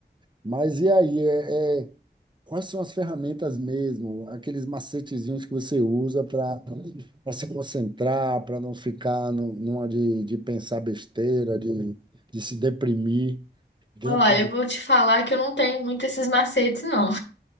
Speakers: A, on the right; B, on the left.
A: Mas e aí, é, é, quais são as ferramentas mesmo, aqueles macetezinhos que você usa para para se concentrar, para não ficar nu- numa de, de pensar besteira, de, de se deprimir dentro
B: Olha,
A: de...
B: eu vou te falar que eu não tenho muito esses macetes, não.